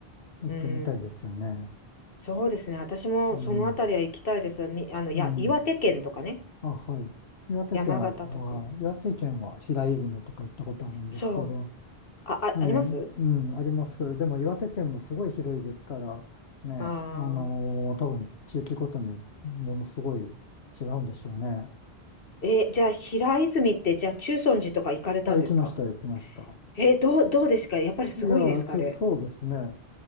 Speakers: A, on the left; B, on the left.
A: 行ってみたいですよね。
B: うん。そうですね。私もそのあたりは行きたいですよ。
A: うん、
B: に、あの、や、
A: うん。
B: 岩手県とかね。
A: あ、はい。岩手県は、
B: 山形とか。
A: あー、岩手県は平泉とか行ったことあるんですけど、
B: そう。あ、あ、
A: ええ、
B: あります
A: うん、あります。でも岩手県もすごい広いですから、ねえ、
B: ああ
A: あのー多分地域ごとにものすごい違うんでしょうね。
B: ー。え、じゃあ、平泉って、じゃあ、中尊寺とか行かれたんですか
A: あ、行きました、行きました。
B: え、どう、どうですかやっぱりすごいですかあれ。
A: いや、そ、そうですね。や